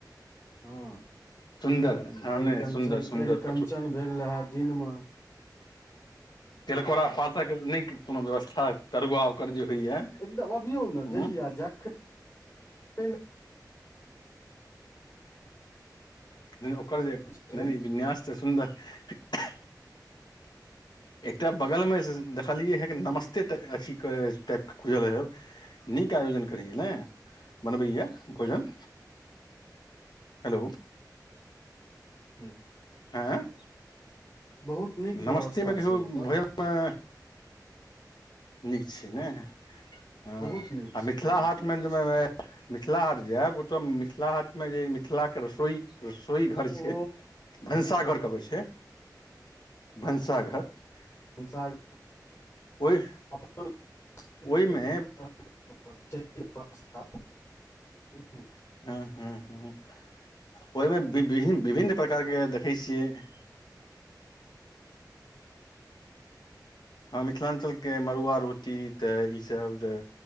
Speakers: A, on the left; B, on the left.
A: हूँ
B: सुन्दर हँ
A: अरिकंचन
B: नहि सुन्दर सुन्दर
A: अरिकंचन
B: पटु
A: भेल रहाए दिनमे
B: तिलकोर आ पातक नहि कोनो व्यवस्था तरुआ ओकर जे होइया
A: एकदम अबियौ ने
B: ह
A: जहिय जखन
B: नहि ओकर
A: ओ
B: जे नहि
A: छै
B: ई विन्यास तऽ सुन्दर <inaudible> एकटा बगलमे देखलियै हे कि नमस्तेटा अथीके टाइपके खुजल है नीक आयोजन करैए ने बनबैए भोजन हेलो
A: हूँ
B: आँय
A: बहुत नीक व्यवस्था
B: नमस्तेमे कहियौ
A: छै ओकर
B: भोजनमे नीक छी ने हाँ
A: बहुत नीक
B: आ
A: छै
B: मिथिला
A: बहुत
B: हाटमे
A: नीक
B: मे-म
A: छै
B: मिथिला हाट जाब ओतऽ मिथ - मिथिला हाटमे जे मिथिलाके रसोइ रसोई घर
A: ओ
B: छै भनसाघर कऽ कऽ छै भनसाघर <unintelligible>
A: भंसा-
B: ओहि
A: <unintelligible>
B: ओहिमे
A: <unintelligible> <unintelligible>
B: हूँ हूँ हूँ ओहिमे विभि-विभिन्न प्रकारके देखै छियै हाँ मिथिलाञ्चलके मड़ुआ रोटी तऽ ईसभ जे